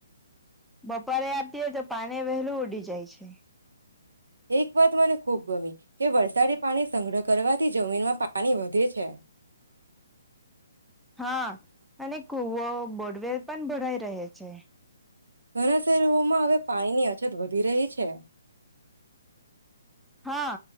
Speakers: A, in the centre; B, on the right.
A: બપોરે આપતી હોય તો પાને વહેલું ઉડી જાય છે
B: એક વાત મને ખુબ ગમી કે વરસાદી પાણી સંગ્રહ કરવાથી જમીનમાં પાણી વધે છે
A: હા અને કુવો બોડવેર પણ ભણઈ રહે છે
B: ઘણા શહેરોમાં હવે પાણીની અછત વધી રહી છે છે
A: હા